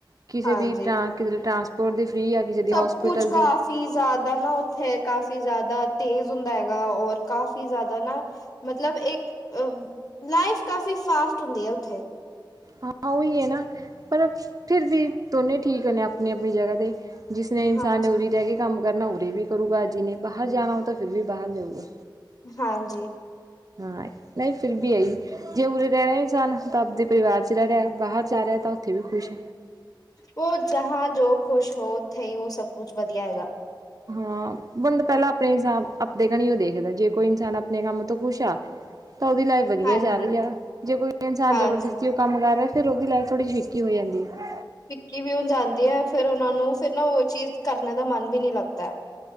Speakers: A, on the right (about 45°); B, on the left (about 45°).
A: ਕਿਸੇ
B: ਹਾਂਜੀ
A: ਦੀ ਟਾਂਗੇ, ਟਰਾਂਸਪੋਰਟ ਦੀ ਫਰੀ ਆ। ਕਿਸੇ ਦੀ
B: ਸਭ
A: ਹੋਸਪਿਟਲ
B: ਕੁਝ ਕਾ
A: ਦੀ
B: ਕਾਫੀ ਜ਼ਿਆਦਾ ਨਾ ਉੱਥੇ ਕਾਫੀ ਜ਼ਿਆਦਾ ਤੇਜ਼ ਹੁੰਦਾ ਹੈਗਾ, ਔਰ ਕਾਫੀ ਜ਼ਿਆਦਾ ਨਾ ਮਤਲਬ ਇੱਕ ਲਾਈਫ ਕਾਫੀ ਫਾਸਟ ਹੁੰਦੀ ਆ ਉੱਥੇ
A: ਹਾਂ ਉਹਹੀ ਹੈ ਨਾ, ਪਰ ਫਿਰ ਵੀ ਦੋਨੇ ਠੀਕ ਨੇ ਆਪਣੀ ਆਪਣੀ ਜਗਾ ਤੇਤੇ ਜਿਸਨੇ ਇਨਸਾਨ
B: ਹਾਂਜੀ
A: ਨੇ ਉਰੇ ਰਹਿ ਕੇ ਕੰਮ ਕਰਨਾ ਉਰੇ ਵੀ ਕਰੂਗਾ, ਅੱ ਜੀ ਨੇ ਬਾਹਰ ਜਾਣਾ ਉਹ ਤਾਂ ਫਿਰ ਵੀ ਬਾਹਰ ਜਾਊਗਾ।
B: ਹਾਂਜੀ।
A: ਹਾਂ, ਨਹੀਂ ਫਿਰ ਵੀ ਆਈ। ਜੇ ਉਰੇ ਰਹਿ ਰਹੇ ਹੀ ਸਨ, ਤਾਂ ਆਪਦੇ ਪਰਿਵਾਰ ਚ ਰਹਿ ਰਿਹਾ, ਬਾਹਰ ਜਾ ਰਿਹਾ ਤਾਂ ਉੱਥੇ ਵੀ ਖੁਸ਼
B: ਉਹ ਜਾਂ ਜੋ ਖੁਸ਼ ਹੋਥੇ ਉਹ ਸਭ ਕੁਛ ਵਧੀਆ ਹੈਗਾ।
A: ਹਾਂ, ਬੰਦਾ ਪਹਿਲਾਂ ਆਪਣੇ ਹਿਸਾਬ ਆਪਣੇ ਘਣੀ ਉਹ ਦੇਖਦਾ, ਜੇ ਕੋਈ ਇਨਸਾਨ ਆਪਣੇ ਕੰਮ ਤੋਂ ਕੁਛ ਆ ਤਾਂ ਉਹਦੀ ਲਾ ਵਧੀਆ
B: ਹਾਂਜੀ
A: ਜਾ ਰਈ ਆ ਜੇ ਕੋਈ ਇਨਸਾਨ
B: ਹਾਂਜੀ
A: ਜਬਰਦਸਤੀ ਕੰਮ ਕਰ ਰੇਆ ਫੇਰ ਓਦੀ ਲਾਈਫ ਥੋੜੀ ਜ ਫਿੱਕੀ ਹੋ ਜਾਂਦੀ ਐ।
B: ਕੀ ਵੀ ਹੁਣ ਜਾਂਦੀ ਐ ਫੇਰ ਓਨਾ ਨੂੰ ਫੇਰ ਨਾ ਓ ਚੀਜ਼ ਕਰਨ ਦਾ ਮਨ ਵੀ ਨੀ ਲੱਗਦਾ।